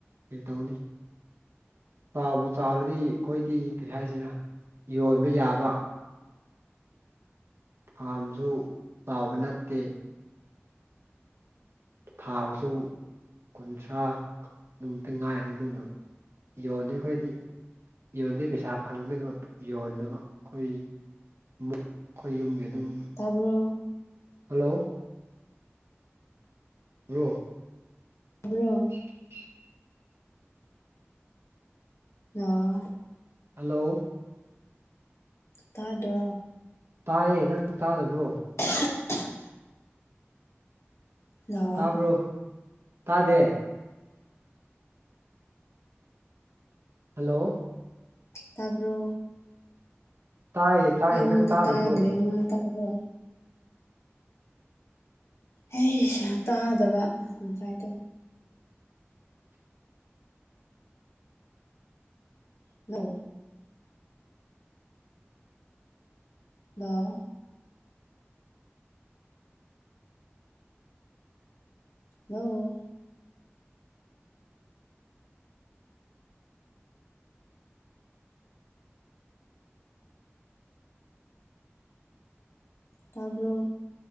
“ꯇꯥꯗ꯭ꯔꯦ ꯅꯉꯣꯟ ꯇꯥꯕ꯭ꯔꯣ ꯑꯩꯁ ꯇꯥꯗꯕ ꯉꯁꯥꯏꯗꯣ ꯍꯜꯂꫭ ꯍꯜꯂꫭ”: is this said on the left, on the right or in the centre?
Left